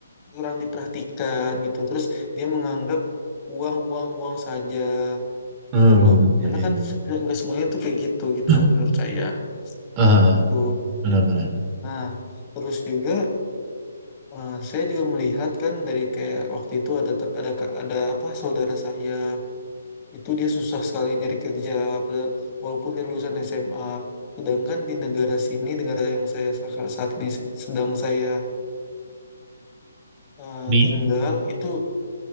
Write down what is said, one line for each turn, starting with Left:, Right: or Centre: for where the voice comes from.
Left: kurang diperhatikan gitu terus dia menganggap uang uang uang saja
Right: Hmm,
Left: gitu loh
Right: iya,
Left: karena
Right: iya.
Left: kan
Right: iya.
Left: nggak semuanya tuh kayak gitu gitu
Right: <clears throat>
Left: loh menurut saya
Right: Ah,
Left: gitu
Right: benar-benar.
Left: nah terus juga eh, saya juga melihat kan dari kayak waktu itu ada ter- ada ka- ada apa saudara saya itu dia susah sekali nyari kerja padahal walaupun dia lulusan SMA sedangkan di negara sini negara yang saya seka- saat ini se- sedang saya eh,
Right: Di?
Left: tinggal itu